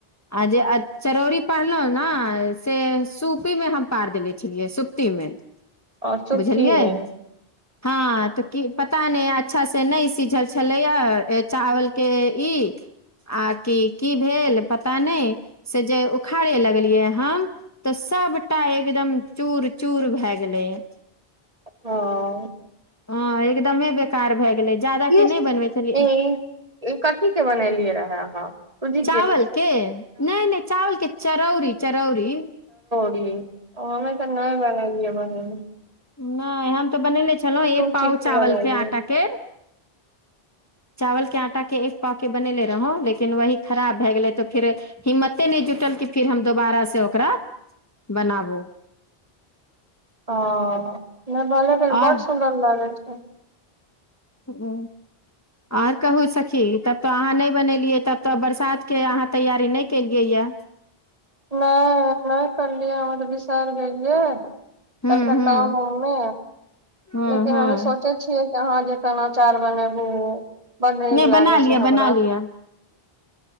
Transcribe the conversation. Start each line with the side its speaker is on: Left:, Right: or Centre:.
Left: आ जे चरौरी पारलहु न से सूपी मे हम पार देेले छलियै सुप्ती मे
Right: आओर सुपती।
Left: बुझलियै
Right: मे
Left: हँ तऽ की पता नहि अच्छासँ नहि सिझल छलैए चावलके ई आ कि की भेल पता नहि से जे उखाड़े लगलियै हम तऽ सभटा एकदम चूर चूर भए गेलैए
Right: हँ
Left: हँ एकदमे बेकार भए गेलै ज्यादाके
Right: किस
Left: नहि बनबै छलियै
Right: ए कथी के बनेलियै रहे अहाँ सूजी
Left: चावल के नहि नहि चावल के चरौरी रौरी
Right: ज हमे तऽ नहि बनलियै बहीन
Left: नहि हम तऽ बनेने छलहुँ एक
Right: चिप्स
Left: पाव चावलके
Right: बनेलियै
Left: आटाके चावल के आटा के एक पाव के बनेले रहौ लेकिन वही खराब भए गेलै तऽ फिर हिम्मते नहि जुटलके फिर हम दोबारा से ओकरा बनाबू
Right: ह नहि भले फिर
Left: आओर
Right: बड सुन्दर लागैत छै
Left: ह आओर कहू सखी तब तऽ अहाँ नहि बनेलियै तब तऽ बरसातके अहाँ तैयारी नहि केलियै यए
Right: नहि नहि करलियै हम त विसर गेलियै
Left: हूँ
Right: कनिटा
Left: हूँ
Right: काममे
Left: हूँ
Right: लेकिन
Left: हूँ
Right: हमे सोचे छियै अहाँ जे केनाचार बनेबू बड नीक
Left: नहि बना
Right: लागे
Left: लिया
Right: छै हमरा
Left: बना लिया